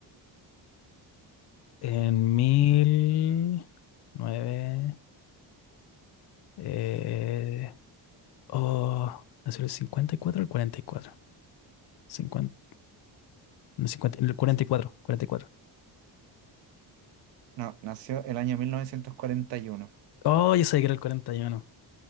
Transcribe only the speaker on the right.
¿Eh?
Sí.
No, nació el año 1941.